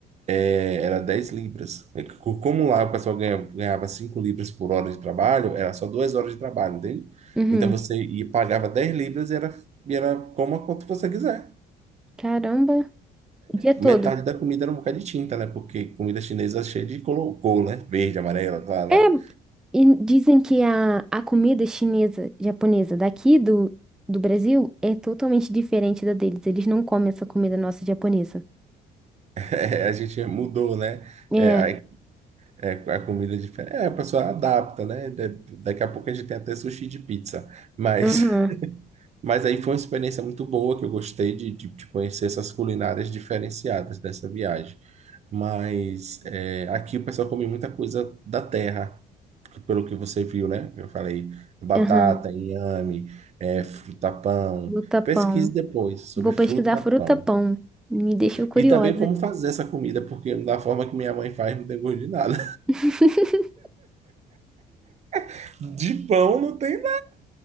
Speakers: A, on the right; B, in the centre.
A: é, era 10 libras. É que co- Como lá o pessoal ganha- ganhava 5 libras por hora de trabalho, era só 2 horas de trabalho, entende?
B: Uhum.
A: Então você ia, pagava 10 libras e era, e era coma quanto você quiser.
B: Caramba, o dia todo.
A: Metade da comida era um bocado de tinta, né, porque comida chinesa é cheia de colocou, né, verde, amarelo, lá, lá.
B: É,
A: <laughs>
B: E dizem que a, a comida chinesa, japonesa daqui do, do Brasil é totalmente diferente da deles. Eles não comem essa comida nossa japonesa.
A: É, a gente mudou, né,
B: É,
A: é, aí É, a comida é diferente. É, a pessoa adapta, né? Da- Daqui a pouco a gente tem até sushi de pizza. Mas,
B: aham,
A: <laughs> mas aí foi uma experiência muito boa que eu gostei de, de, de conhecer essas culinárias diferenciadas dessa viagem. Mas é, aqui o pessoal come muita coisa da terra, pelo que você viu, né? Eu falei batata,
B: aham,
A: inhame, é, fruta-pão.
B: fruta pão.
A: Pesquise depois sobre
B: Vou
A: fruta-pão.
B: pesquisar fruta pão. Me deixou curiosa.
A: E também como fazer essa comida, porque da forma que minha mãe faz, não tem gosto de nada.
B: <laughs>
A: <laughs> De pão não tem